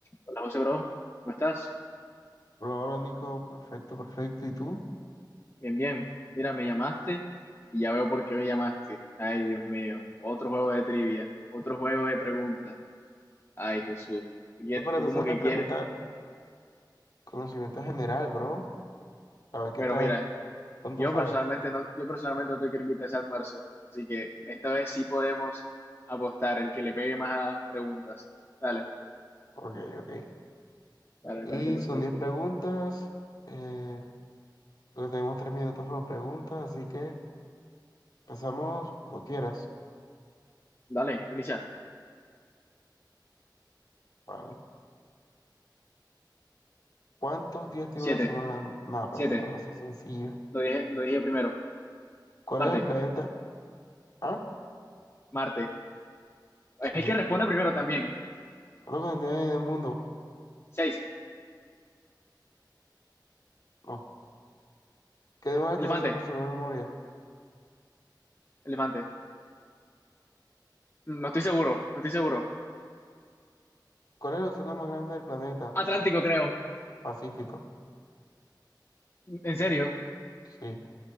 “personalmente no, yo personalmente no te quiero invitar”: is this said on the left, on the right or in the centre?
Left